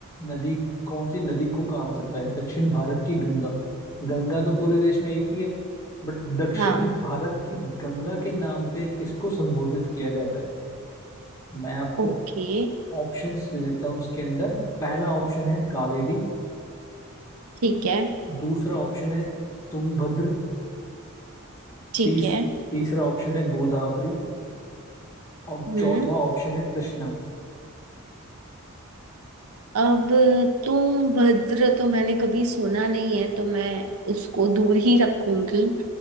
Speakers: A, on the left; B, on the right.
A: नदी कौन सी नदी को कहा जाता है दक्षिण भारत की गंगा गंगा तो पूरे देश में एक ही है बट दक्षिण
B: हाँ
A: भारत की गंगा के नाम पे किसको संबोधित किया जाता है मैं आपको
B: ओके
A: ऑप्शंस दे देता हूँ उसके अंदर पहला ऑप्शन है कावेरी
B: ठीक है
A: दूसरा ऑप्शन है तुंगभद्र
B: ठीक
A: तीस
B: है
A: तीसरा ऑप्शन है गोदावरी और
B: हम्म
A: चौथा ऑप्शन है कृष्णा
B: अब तुम भद्र तो मैंने कभी सुना नहीं है तो मैं उसको दूर ही रखूंगी